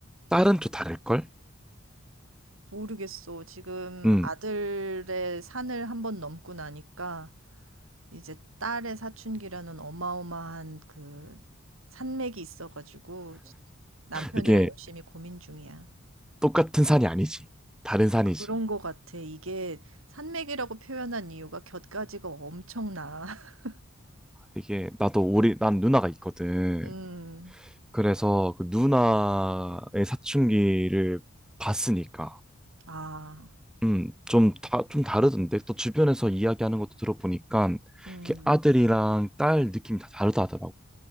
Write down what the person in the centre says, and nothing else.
딸은 또 다를걸?
음,
이게
똑같은 산이 아니지. 다른 산이지.
이게, 나도 우리, 난 누나가 있거든.
그래서 그 누나의 사춘기를 봤으니까.
음, 좀 다, 좀 다르던데. 또 주변에서 이야기하는 것도 들어보니까,
이렇게 아들이랑 딸 느낌이 다 다르다 하더라고.